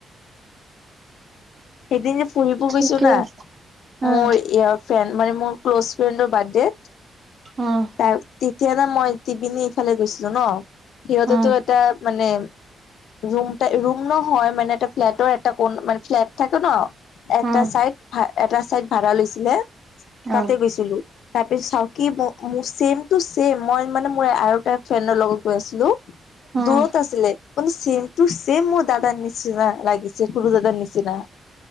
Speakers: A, on the left; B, on the right.
A: সেইদিন যে ফুৰিব
B: ঠিকে
A: গৈছো না
B: আছে। উম,
A: মোৰ ইয়াৰ ফ্ৰেণ্ড মানে মোৰ ক্ল'জ ফ্ৰেণ্ডৰ বাৰ্থডে।
B: উম,
A: তাৰ তেতিয়া না মই টিপিনী ইফালে গৈছিলো ন, সিহঁতেতো
B: উম,
A: এটা মানে ৰুম টাই ৰুম নহয় মানে এটা ফ্লেটৰ এটা কন মানে ফ্লেট থাকে ন এটা
B: উম,
A: চাইড ভা এটা চাইড ভাড়া লৈছিলে
B: অ
A: তাতে গৈছিলো। তাৰপিছত চাও কি মোৰ ছেম টু ছেইম মই মানে মোৰ আৰু এটা ফ্ৰেণ্ডৰ লগত গৈ আছিলো
B: উম,
A: দূৰত আছিলে মানে ছেম টু ছেইম মোৰ দাদাৰ নিচিনা লাগিছে সৰু দাদাৰ নিচিনা। চিনা।